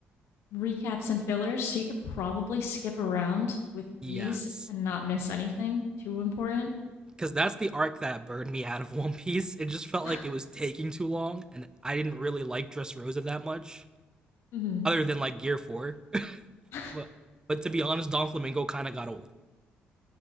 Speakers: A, on the left; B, on the right.
A: recaps and fillers, so you could probably skip around with
B: Yes,
A: ease and not miss anything too important.
B: because that's the arc that burned me out of <laughs> One Piece. It just felt
A: <laughs>
B: like it was taking too long, and I didn't really like Dressrosa that much,
A: hmm
B: other than like Gear Four. <laughs>
A: <laughs>
B: but but to be honest, Don Flamingo kind of got old.